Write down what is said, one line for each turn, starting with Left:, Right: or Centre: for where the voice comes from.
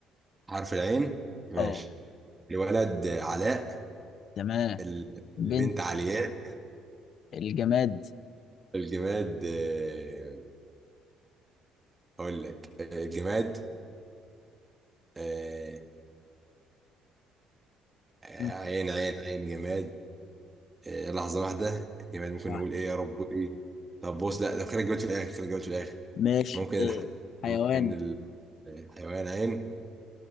Right: حرف العين ماشي
Left: اه
Right: الولد علاء
Left: تمام
Right: ال-
Left: بنت
Right: البنت علياء
Left: الجماد
Right: الجماد آه، اقول لك آه، الجماد آه، عين
Left: مم.
Right: عين عين جماد آه، لحظة واحدة الجماد ممكن
Left: صح
Right: نقول ايه يا رب ايه طب بص لا طب خلي الجماد في الاخر خلي الجماد في الاخر
Left: ماشي
Right: ممكن
Left: إيه.
Right: الح...
Left: حيوان
Right: ممكن ال- الحيوان عين